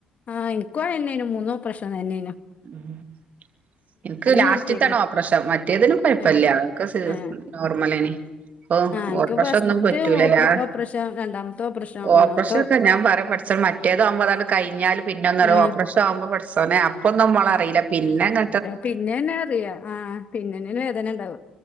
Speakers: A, on the left; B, on the right.
A: ആഹ് ഇൻക്കും അന്നെനും മൂന്നും ഓപ്രശതന്നേനു
B: <inaudible> ഇൻക്ക് ലാസ്റ്റത്താണ്
A: നിർത്തിയേക്കണ്
B: ഓപ്പ്രഷം മറ്റേതിനും കൊഴപ്പല്ല്യ
A: ആ
B: ക്കെ സ്
A: ആ
B: നോർമലേനി ഓ
A: ആ എനിക്ക്
B: ഓപ്രഷൊന്നും
A: ഫസ്റ്റ്
B: പറ്റൂലെലാ
A: ഓപ്പ ഓപ്പറേഷൻ രണ്ടാമത്തെ ഓപ്പറേഷൻ
B: ഓപ്രഷൊക്കെ
A: മൂന്നാമത്തെ
B: ഞാൻ പറ പട് സ മറ്റേതാകുമ്പോ അതാണ്ട് കഴിഞ്ഞാല് പിന്നെന്നൊരൊപ്പറേഷ
A: ആ
B: നാവുമ്പോ പട്‌ച്ചോനെ അപ്പൊന്നുംമ്മളറിയില്ല പിന്നെങ്ങ
A: പിന്നെന്നെറിയാ ആഹ് പിന്നെന്ന വേദനണ്ടാവ